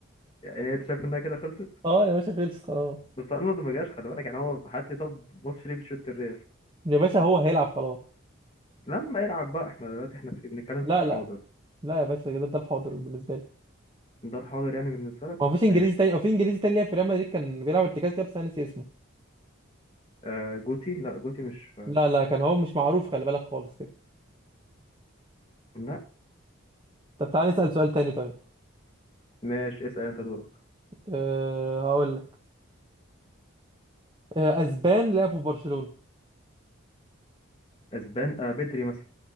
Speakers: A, on the left; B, on the right.
A: يعني انت شايف انها كده خلصت
B: اه يا باشا خلصت خلاص
A: بس ارنولد ما جاش خلي بالك يعني هو هات لي طب ماتش ليه بيشوط الريال
B: يا باشا هو هيلعب خلاص
A: لما يلعب بقى احنا دلوقتي احنا في بنتكلم
B: لا
A: في الحاضر
B: لا لا يا باشا كده ده الحاضر بالنسبة لي
A: ده الحاضر يعني بالنسبه لك
B: ما فيش انجليزي
A: ماشي
B: تاني
A: يا عم
B: او في انجليزي تاني لعب في ريال مدريد كان بيلعب ارتكاز كده بس انا ناسي اسمه
A: آه جوتي لا جوتي مش
B: لا لا كان هو مش معروف خلي بالك خالص كده
A: لا
B: طب تعالى نسأل سؤال تاني طيب
A: ماشي اسال انت دورك
B: أه هقول لك أه اسبان لعبوا في برشلونة
A: اسبان آه بدري مثلا